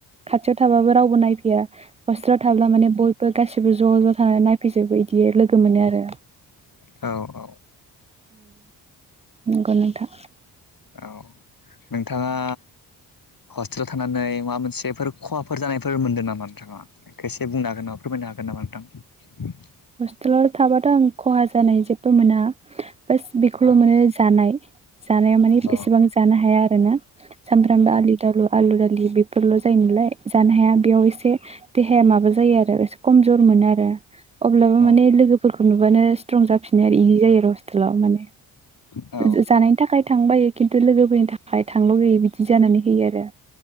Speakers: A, on the right; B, on the left.
A: खाथियाव थाबाबो रावबो नायफैया। हस्टेलाव थाब्ला माने बयबो गासिबो ज' ज' थानानै नायफैजोबो बिदि लोगो मोनो आरो।
B: औ औ।
A: गनोथा
B: औ नोंथाङा हस्टेलाव थानानै माबा मोनसेफोर खहाफोर जानायफोर मोनदों नामा नोंथाङा खसे बुंनो हागोन नामा फोरमायनो हागोन नामा नोंथां
A: हस्टेलाव थाबाथ' आं खहा जानाय जेबो मोना बास बेखौल'
B: औ
A: मोनो जानाय जानाया माने
B: औ
A: बेसेबां जानो हाया आरोना सामफ्रामबो आलि दालु आलु दालि बेफोरल' जायो नालाय जानो हाया बेयाव एसे देहाया माबा जायो आरो एसे खमजर मोनो आरो अब्लाबो
B: औ
A: माने लोगोफोरखौ नुबानो स्ट्रं जाफिनो आरो इजि जायो आरो हस्टेलाव माने
B: औ
A: जानाय नि थाखाय थांबायो खिन्थु लोगोफोरनि थाखाय थां लुबैयो बिदि जानानै होयो आरो